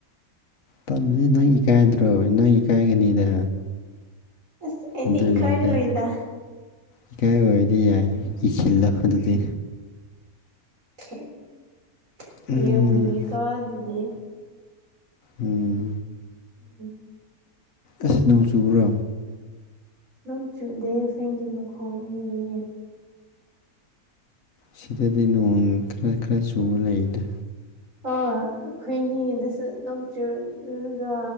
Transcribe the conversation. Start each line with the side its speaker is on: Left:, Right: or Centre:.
Left: <unintelligible> ꯅꯪ ꯏꯀꯥꯏꯗ꯭ꯔꯣ ꯅꯪ ꯏꯀꯥꯏꯒꯅꯤꯗ
Right: ꯑꯁ ꯑꯩꯗꯤ
Left: ꯑꯗꯨꯒꯤꯅꯤꯗ
Right: ꯏꯀꯥꯏꯔꯣꯏꯗ
Left: ꯏꯀꯥꯏ <unintelligible> ꯑꯣꯏꯔꯗꯤ ꯌꯥꯏ ꯏꯈꯤꯜꯂꯣ ꯑꯗꯨꯗꯤ
Right: <unintelligible>
Left: ꯎꯝ
Right: ꯏꯔꯝꯒꯅꯤꯀꯣ ꯑꯗꯨꯗꯤ
Left: ꯎꯝ
Right: ꯎꯝꯝ
Left: ꯑꯁ ꯅꯣꯡ ꯆꯨꯕ꯭ꯔꯣ
Right: ꯅꯪ ꯆꯨꯗꯦ ꯐꯦꯡꯒꯤ ꯃꯈꯣꯟꯅꯤ
Left: ꯁꯤꯗꯗꯤ ꯅꯣꯡ ꯈꯔ ꯈꯔ ꯆꯨ ꯂꯩꯗ
Right: ꯑꯣ ꯑꯩꯈꯣꯏꯒꯤꯗꯁꯨ ꯑꯗꯨꯝ ꯆꯨꯔꯒ